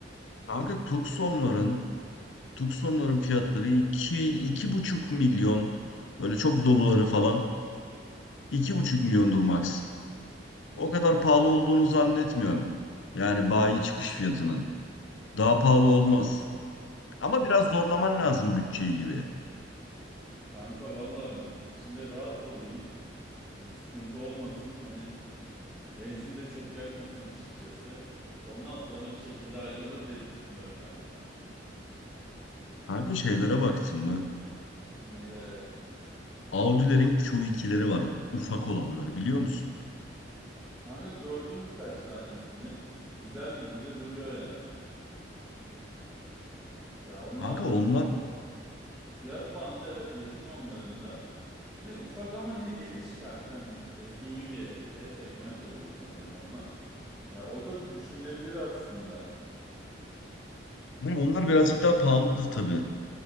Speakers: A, on the left; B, in the centre.
A: Kanka Tucson'ların Tucson'ların fiyatları iki iki buçuk milyon böyle çok doluları falan 2,5 milyondur max. O kadar pahalı olduğunu zannetmiyorum. Yani bayi çıkış fiyatının. Daha pahalı olmaz. Ama biraz zorlaman lazım bütçeyi gibi.
B: Kanka valla içinde rahat olayım. Hani sıkıntı olmasın. Hani benzin de çok yakmasın açıkçası. Ondan sonra bir şekilde hallolur diye düşünüyorum ben.
A: Kanka şeylere baktın mı?
B: Neylere?
A: Audi'lerin Q2'leri var. Ufak olanları biliyor musun?
B: Kanka gördüm birkaç tanesini. Güzeldi gibi de duruyor yani. Ya onlar
A: Kanka
B: da
A: onlar
B: e, fiyat bandı evet yakın onların da. Yine ufak ama yine geniş kanka hani SUV diye C segment oluyor sanırım onlar. Ya o da bir düşünülebilir aslında.
A: yani onlar birazcık daha pahalıdır tabii.